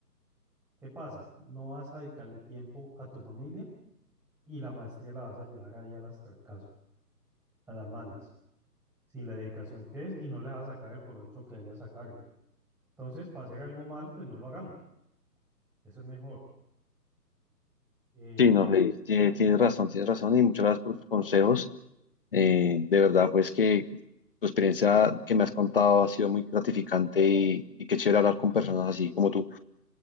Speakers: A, in the centre; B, on the left.
A: ¿qué pasa? No vas a dedicarle tiempo a tu familia y la maestría la vas a llevar ahí a las trancazos, a las malas. sin la dedicación que es y no le va a sacar el provecho que debería sacarle. Entonces, para hacer algo mal, pues no lo hagamos. Eso es mejor. Eh,
B: sí, no, eh, tiene- tienes razón, tienes razón y muchas gracias por tus consejos, Eh, de verdad pues que tu experiencia que me has contado ha sido muy gratificante y, y qué chévere hablar con personas así como tú.